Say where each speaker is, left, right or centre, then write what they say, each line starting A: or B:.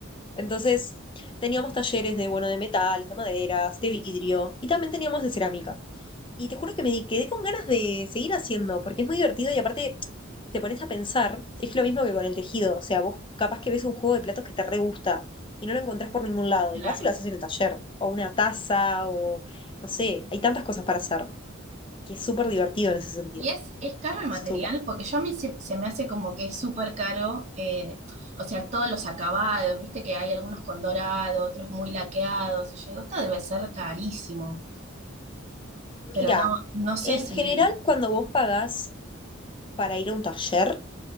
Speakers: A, on the left; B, on the right.
A: Entonces, teníamos talleres de, bueno, de metales, de maderas, de vidrio y también teníamos de cerámica. Y te juro que me di- quedé con ganas de seguir haciendo, porque es muy divertido y aparte te pones a pensar, es lo mismo que con el tejido, o sea, vos capaz que ves un juego de platos que te re gusta y no lo encontrás por ningún lado
B: claro.
A: y vas y lo haces en el taller, o una taza, o no sé, hay tantas cosas para hacer, que es súper divertido en ese sentido,
B: Y es, es caro el material
A: súper.
B: porque yo a mí se, se me hace como que es súper caro, eh, o sea, todos los acabados, viste que hay algunos con dorado, otros muy laqueados, y yo digo, esto debe ser carísimo, pero
A: Mira,
B: no, no sé
A: en
B: si...
A: general cuando vos pagás para ir a un taller,